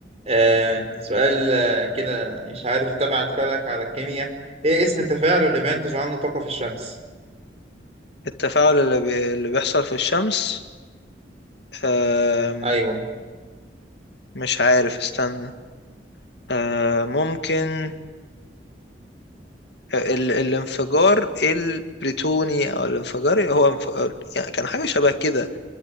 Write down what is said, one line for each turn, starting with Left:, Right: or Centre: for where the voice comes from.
Right: آه سؤال آه، كده مش عارف تبع الفلك على الكيمياء ايه اسم التفاعل اللي بينتج عنه طاقة في الشمس؟
Left: التفاعل اللي, بي... اللي بيحصل في الشمس أم...
Right: ايوه
Left: مش عارف استنى أم... ممكن ال- الانفجار البريتوني او الانفجار اللي هو انف... يعني كان حاجه شبه كده